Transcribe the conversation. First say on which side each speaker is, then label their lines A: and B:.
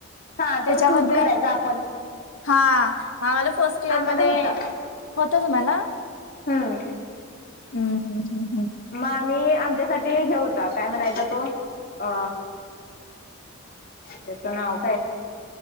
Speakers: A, on the left; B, on the left.
A: हा
B: त्याच्यामध्ये
A: तो चूज करायचा आपण.
B: हा, म आमाला फर्स्ट इयर
A: आम्हाला
B: मध्ये,
A: होता
B: होतं तुम्हाला
A: हम्म
B: हम्म हम् हम्म हम्म
A: मग आम्ही आमच्यासाठी हे होता, काय म्हणायचा तो अ हेचं नाव काय